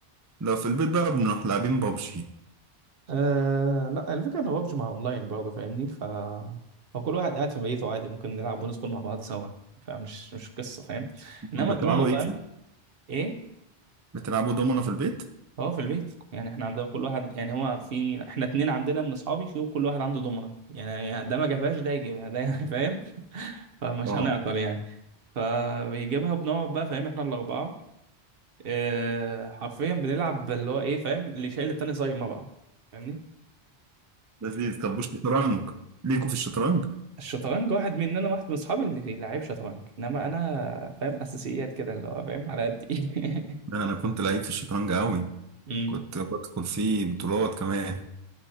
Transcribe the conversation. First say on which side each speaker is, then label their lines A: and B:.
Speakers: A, on the right (about 25°); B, on the right (about 65°).
A: لو في البيت بقى بنروح لاعبين بابجي
B: آه لا الفكرة ان بابجي مع اونلاين برضه فاهمني ف هو كل واحد قاعد في بيته عادي ممكن نلعب وندخل مع بعض سوا فمش مش قصة فاهم انما
A: بتلعبوا
B: الضمنة بقى
A: ايه؟
B: ايه
A: بتلعبوا دومنا في البيت؟
B: هو في البيت يعني احنا عندنا كل واحد يعني هو في احنا اتنين عندنا من اصحابي في كل واحد عنده ضمنة يعني ده ما جابهاش ده يجيبها ده <laughs> فاهم فمش
A: اه
B: هنعطل يعني فبيجيبها بنقعد بقى فاهم احنا الاربعة آه حرفيا بنلعب اللي هو ايه فاهم اللي شايل التاني صايمة بقى فاهمني
A: لذيذ طب والشطرنج ليكوا في الشطرنج؟
B: الشطرنج واحد مننا واحد من اصحابي اللي لعيب شطرنج انما انا فاهم اساسيات كده اللي هو فاهم على قد ايه
A: لا أنا كنت لعيب في الشطرنج أوي
B: <laughs> امم
A: كنت بدخل فيه بطولات كمان